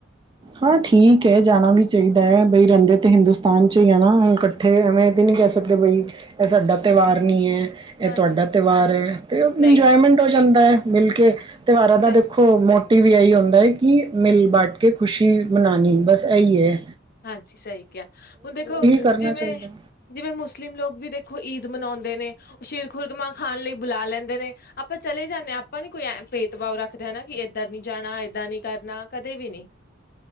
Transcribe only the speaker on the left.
ਹਾਂਜੀ
ਨਹੀਂ
ਨਹੀਂ
ਸਹੀ
ਹਾਂਜੀ। ਸਹੀ ਕਿਹਾ, ਹੁਣ ਦੇਖੋ
ਜਿਵੇਂ
ਜਿਵੇਂ ਮੁਸਲਿਮ ਲੋਕ ਵੀ ਦੇਖੋ, ਈਦ ਮਨਾਉਦੇਂ ਨੇ ਸ਼ੀਰ ਖੁਰਗਮਾਂ ਖਾਣ ਲਈ ਬੁਲਾ ਲੈਂਦੇ ਨੇ ਆਪਾਂ ਚਲੇ ਜਾਂਨੇ ਆ ਆਪਾਂ ਨੀ ਕੋਈ ਐ ਭੇਦਭਾਵ ਰੱਖਦੇ ਹਨ ਕੀ ਏਧਰ ਨੀ ਜਾਣਾ ਏਦਾਂ ਨੀ ਕਰਨਾ ਕਦੇ ਵੀ ਨੀ